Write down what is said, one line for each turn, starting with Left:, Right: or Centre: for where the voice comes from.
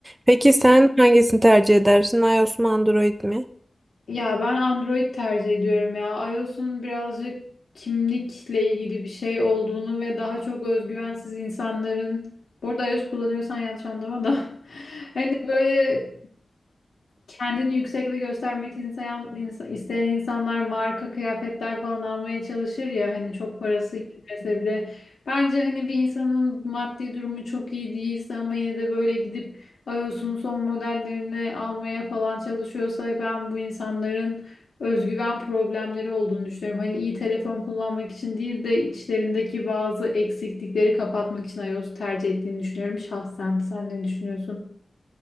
Right: Peki sen hangisini tercih edersin? iOS mu Android mi?
Left: Ya ben Android tercih ediyorum ya. iOS'un birazcık kimlikle ilgili bir şey olduğunu ve daha çok özgüvensiz insanların... Bu arada iOS kullanıyorsan yanlış anlama da. <laughs> Hani böyle kendini yüksekte göstermek isteyen, insa- isteyen insanlar marka kıyafetler falan almaya çalışır ya hani çok parası gitmese bile. Bence hani bir insanın maddi durumu çok iyi değilse ama yine de böyle gidip iOS'un son modellerini almaya falan çalışıyorsa ben bu insanların özgüven problemleri olduğunu düşünüyorum. Hani iyi telefon kullanmak için değil de içlerindeki bazı eksiklikleri kapatmak için iOS tercih ettiğini düşünüyorum şahsen. Sen ne düşünüyorsun?